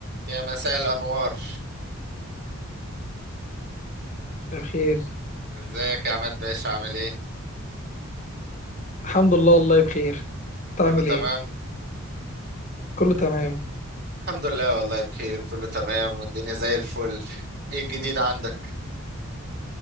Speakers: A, on the right; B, on the left.
A: يا مساء الأنوار
B: بخير
A: ازيك يا عماد باشا عامل ايه؟
B: الحمد لله والله بخير انت عامل
A: كله تمام؟
B: ايه كله تمام
A: الحمد لله والله بخير كله تمام والدنيا زي الفل ايه الجديد عندك؟